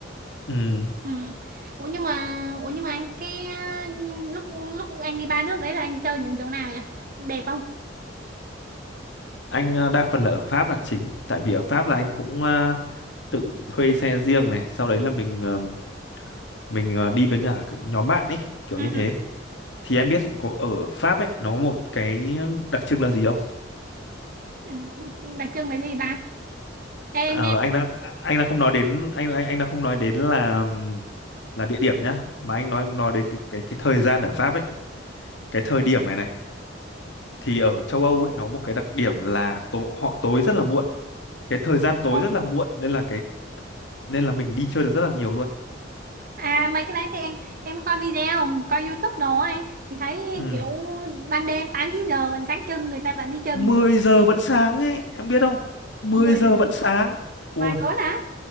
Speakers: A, on the left; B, on the right.
A: ừ.
B: Ừ. Ủa nhưng mà ủa nhưng mà anh cái ờ, lúc lúc anh đi ba nước đấy là anh chơi những chỗ nào vậy? Đẹp không?
A: anh ờ, đa phần là ở Pháp là chính tại vì ở Pháp là anh cũng ờ, tự thuê xe riêng này sau đấy là mình ờ, mình ờ, đi với nhà nhóm bạn ấy kiểu
B: Ừ.
A: như thế thì em biết có ở Pháp ấy nó có một cái đặc trưng là gì không
B: <laughs> Ừ. Đặc trưng là gì ta? Ê, em
A: Ờ,
B: nghe
A: anh đang anh đang không nói đến anh anh anh đang không nói đến là là địa điểm nhá mà anh nói anh nói đến cái cái cái thời gian ở Pháp ấy cái thời điểm này này thì ở châu Âu ấy nó có một cái đặc điểm là tổ, họ tối rất là muộn cái thời gian tối
B: nói-
A: rất là muộn nên là cái nên là mình đi chơi được rất là nhiều luôn
B: à mấy cái đấy thì em em có coi video, coi YouTube đồ á anh thì thấy
A: ừ.
B: kiểu ban đêm 8 9 giờ vẫn sáng trưng người ta vẫn đi chơi
A: mười
B: bình thường.
A: giờ vẫn sáng ấy em biết không mười
B: Mười
A: giờ vẫn sáng ôi
B: vài bốn hả?